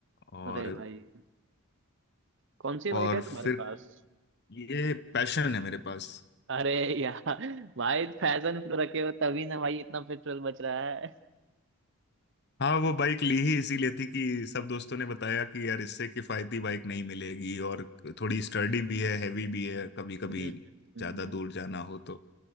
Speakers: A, on the left; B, on the right.
A: और
B: अरे भाई कौन सी बाइक
A: और
B: है
A: फिर
B: तुम्हारे पास
A: ये पैशन है मेरे पास
B: अरे यार भाई फैशन प्रो रखे हो तभी ना भाई इतना पेट्रोल बच रहा है
A: हाँ वो बाइक ली ही इसीलिए थी कि सब दोस्तों ने बताया कि यार इससे किफायती बाइक नहीं मिलेगी और थोड़ी स्टर्डी भी है हैवी भी है कभी कभी
B: हम्म
A: ज्यादा दूर जाना हो तो